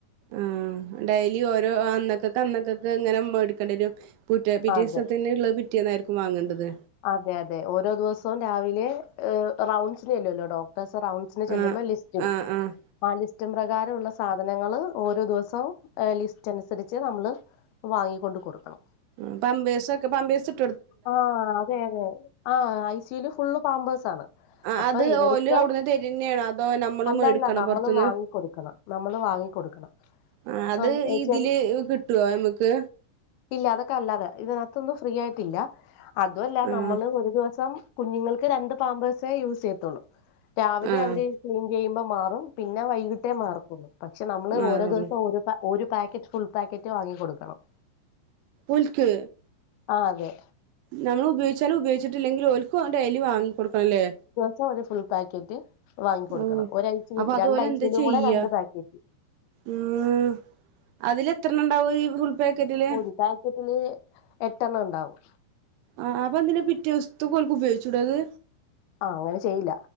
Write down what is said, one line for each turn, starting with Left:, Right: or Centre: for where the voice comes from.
Right: ഉം ടെയ്ലി അന്നക്കക്ക് അന്നക്കക്ക് ങ്ങനെ മേടിക്കണ്ടി വെരും <unintelligible>
Left: അതെ
Right: <unintelligible> യിരിക്കും വാങ്ങേണ്ടത്
Left: അതെ അതെ ഓരോ ദിവസവും രാവിലെ റൗണ്ട്സിന് ചെല്ലൊല്ലോ ഡോക്ട <unintelligible> റൗണ്ട്സിന് ചെല്ലുമ്പോ
Right: ആഹ്
Left: ലിസ്റ്റ് ഇടും
Right: ആഹ് ആഹ്
Left: <unintelligible> <unintelligible> പ്രകാരമുള്ള സാധനങ്ങൾ ഓരോ ദിവസവും ലിസ്റ്റ് അനുസരിച്ച് നമ്മള് വാങ്ങിക്കൊണ്ട് കൊടുക്കണം
Right: അപ്പൊ
Left: ആ അതെ അതെ ആ ഐസൽ ഫുള്ള് പാമ്പേഴ്സ് ആണ്
Right: ആഹ്
Left: അപ്പൊ
Right: അത്
Left: ഇവർക്ക്
Right: ഓല് അവിടുന്ന് തരുന്നെയാണോ അതോ നമ്മള്
Left: അല്ല
Right: മേടിക്കണോ
Left: അല്ല നമ്മള്
Right: പുറത്തുന്ന്
Left: വാങ്ങിക്കൊടുക്കണം നമ്മള് വാങ്ങിക്കൊടുക്കണം
Right: ആഹ്
Left: അപ്പൊഏ
Right: അത് ഇതില്
Left: ചെറിയ
Right: കിട്ടുവോ നമുക്ക്
Left: ഇല്ല അതൊക്കെ അല്ലാതെ ഇതിനകത്തൊന്നും ഫ്രീ ആയിട്ടില്ല അതുമല്ല
Right: ആഹ്
Left: നമ്മള് ഒരു ദിവസം കുഞ്ഞുങ്ങൾക്ക് രണ്ട് പാമ്പേഴ്സേ യൂസ് ചെയ്യത്തുള്ളൂ രാവിലെ
Right: ആഹ്
Left: അവര് ക്ലീൻ ചെയ്യുമ്പോ മാറും പിന്നെ വൈകിട്ടേ മാറത്തൊള്ളൂ പക്ഷെ നമ്മള്
Right: മാറുള്ളൂ
Left: ഓരോ ദിവസം ഓ ഒരു പാക്കറ്റ് ഫുൾ പാക്കറ്റ് വാങ്ങി കൊടുക്കണം
Right: ഓൽക്ക്
Left: ആ അതെ
Right: നമ്മള് ഉപയോഗിച്ചാലും ഉപയോഗിച്ചിട്ടില്ലെങ്കിലും ഓ ക്ക് ഡയ്ലി വാങ്ങി കൊടുക്കണല്ലേ
Left: ത് ഒരു ഫുൾ പാക്കറ്റ് വാങ്ങി കൊടുക്കണം
Right: ഓ
Left: ഒരാഴ്ചയിൽ
Right: അപ്പൊ അതോലെ
Left: രണ്ടാഴ്ചയിലും
Right: ന്താ ചെയ്യ
Left: കൂടെ രണ്ട് പാക്കറ്റ്
Right: ഉം അതില് ത്രൻണ്ടാവും ഈ പാക്കറ്റില്
Left: ഒരു പാക്കറ്റില് എട്ടെണ്ണം ണ്ടാവും
Right: ആ് അപ്പൊ അന്തിന്റെ പിറ്റേസ്ത്തെക്ക് ഉപയോഗിച്ചുടത്
Left: ആ അങ്ങനെ ചെയ്യില്ല